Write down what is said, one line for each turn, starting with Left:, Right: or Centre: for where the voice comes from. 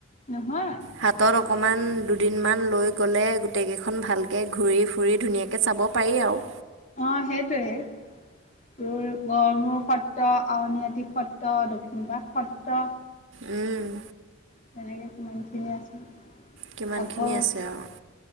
Left: নহয়।
Right: হাতত অকণমান দুদিনমান লৈ গ'লে, গোটেইকেইখন ভালকৈ ঘূৰি ফুৰি ধুনীয়াকৈ চাব পাৰি আৰু।
Left: অ', সেইটোৱে। তোৰ গড়মূৰ সত্ৰ, আউনীআটি সত্ৰ, দক্ষিণপাট সত্ৰ।
Right: উম্।
Left: তেনেকে কিমান খিনি আছে,
Right: কিমানখিনি
Left: আকৌ
Right: আছে আৰু